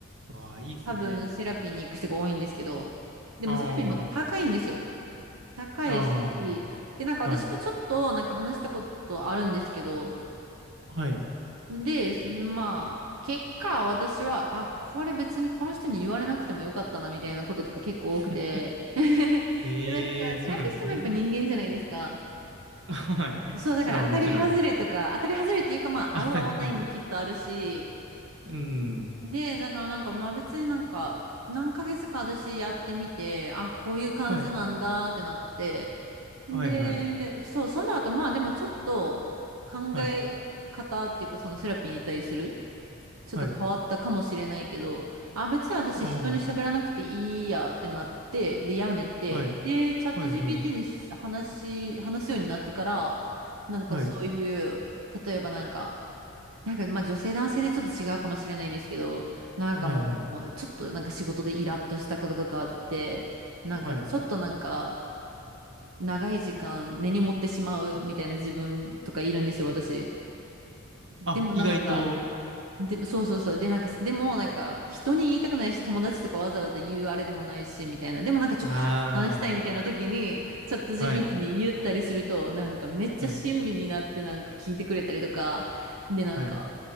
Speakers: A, on the right; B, on the right.
A: ああ、いいですね。
B: 多分セラピーに行く人が多いんですけど、でもセラピーも高いんですよ。
A: あ
B: 高いし、
A: あ、あ
B: で、なんか私もちょっとなんか話したことあるんですけど、
A: あ、はい、はい。
B: で、そまあ、結果私は、あ、これ別にこの人に言われなくてもよかったなみたいなこととか結構多くて、
A: <laughs>
B: <laughs> で、
A: ええー、
B: なんかセラピストもやっぱ人間じゃないですか。
A: そうなんですね。は、<laughs> はい。
B: そう、
A: それはもちろん。
B: だから当たり外れとか、当たり外れっていうかまあ、
A: <laughs> あ、
B: 合う合わないもきっとあるし、
A: たり外れ。うん。
B: で、だからなんか、まあ別になんか、何ヶ月か私やってみて、あ、こういう感じなんだってなって、
A: はい、
B: で、
A: はい、はい、
B: そう、その後、まあでもちょっと考え方っていうか、
A: はい、
B: そのセラピーに対する、ちょっと変わったかもしれないけど、
A: はい。
B: あ、別に私人に喋らなくていいやってなって、
A: おー、
B: で、やめて、
A: はい、
B: で、チャット
A: はい、
B: GPT
A: はい、
B: に話し、話すようになってから、なんかそういう、
A: はい、
B: 例えばなんか、なんか、まあ女性男性でちょっと違うかもしれないですけど、なんかもう、
A: はい、はい、
B: ちょっとなんか仕事でイラッとしたこととかあって、なんかちょっとなんか、
A: はい。
B: 長い時間根に持ってしまうみたいな自分とかいるんですよ、私。でもなんか、
A: あ、意外と、
B: で、そうそうそう。で、なんか、でもなんか、人に言いたくないし、友達とかわざわざ言うあれでもないし、みたいな。でもなんかちょっと発散したいみたいな時に、
A: あ
B: チャット GPT
A: あ、はい、
B: に言ったりすると、なんかめっちゃ親身になってなんか聞いてくれたりとか、
A: はい、
B: で、なんか、
A: はい、